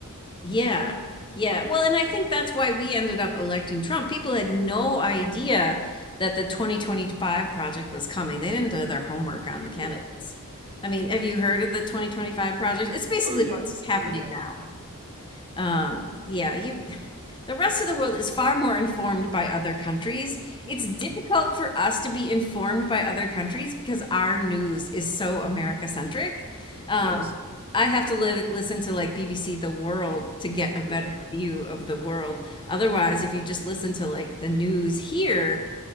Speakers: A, on the left; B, on the right.
A: Yeah. Yeah. Well, and I think that's why we ended up electing Trump. People had no idea that the 2025 project was coming. They didn't do their homework on the candidates.
B: Yeah.
A: I mean, have you heard of the 2025 project? It's basically
B: Oh yeah.
A: what's happening
B: Oh yeah.
A: now.
B: Yeah. yeah.
A: Um, yeah, you <sighs> the rest of the world is far more informed by other countries. It's difficult for us to be informed by other countries because our news is so America centric. Um,
B: Yes.
A: I have to live, listen to like BBC The World to get a better
B: Yeah.
A: view of the world. Otherwise, if you just listen to like the news here,